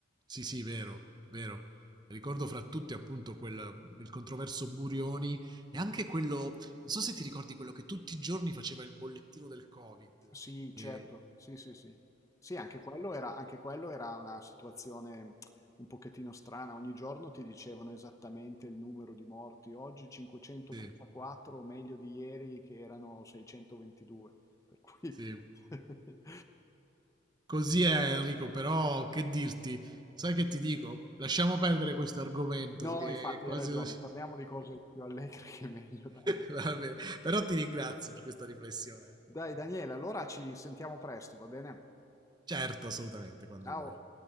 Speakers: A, on the right; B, on the left.
A: sì, sì, vero, vero. Ricordo fra tutti appunto quel, il controverso Burioni e anche quello, non so se ti ricordi quello che tutti i giorni faceva il bollettino del Covid.
B: Sì,
A: E-
B: certo, sì, sì, sì. Sì, anche quello era, anche quello era una situazione un pochettino strana. Ogni giorno ti dicevano esattamente il numero di morti. Oggi 534,
A: sì,
B: meglio di ieri che erano 622. Per cui...
A: sì.
B: <laughs>
A: Così è Enrico, però che dirti? Sai che ti dico? Lasciamo perdere questo argomento
B: No,
A: che
B: infatti
A: è quasi...
B: hai ragione,
A: <laughs>
B: parliamo di cose più allegre che meglio, dai.
A: Va bene. Però ti ringrazio per questa riflessione.
B: Dai Daniele, allora ci sentiamo presto, va bene?
A: Certo, assolutamente, quando
B: Ciao.
A: vuoi.